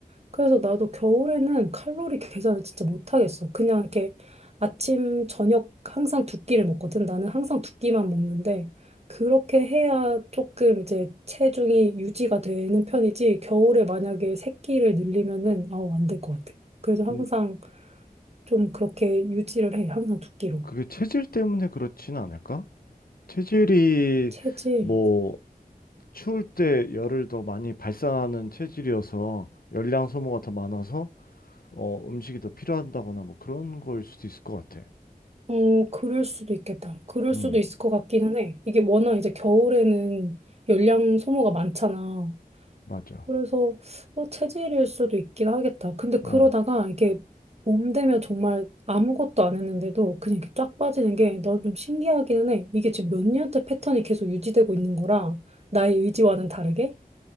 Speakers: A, on the right; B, on the left.
A: 그래서 나도 겨울에는 칼로리 계산을 진짜 못하겠어. 그냥 이렇게 아침, 저녁 항상 두 끼를 먹거든. 나는 항상 두 끼만 먹는데, 그렇게 해야 조금 이제 체중이 유지가 되는 편이지, 겨울에 만약에 세 끼를 늘리면은, 아우, 안 될 것 같아. 그래서
B: 근
A: 항상 좀 그렇게 유지를 해. 항상 두 끼로.
B: 그게 체질 때문에 그렇진 않을까? 체질이
A: 체질.
B: 뭐 추울 때 열을 더 많이 발산하는 체질이어서 열량 소모가 더 많아서 어, 음식이 더 필요한다거나 뭐 그런 거일 수도 있을 것 같아.
A: 어, 그럴 수도 있겠다. 그럴
B: 음,
A: 수도 있을 것 같기는 해. 이게 워낙 이제 겨울에는 열량 소모가 많잖아.
B: 맞아.
A: 그래서 어, 체질일 수도 있긴 하겠다. 근데
B: 어.
A: 그러다가 이게 봄 되면 정말 아무것도 안 했는데도 그냥 이렇게 쫙 빠지는 게 난 좀 신기하기는 해. 이게 지금 몇 년째 패턴이 계속 유지되고 있는 거라 나의 의지와는 다르게.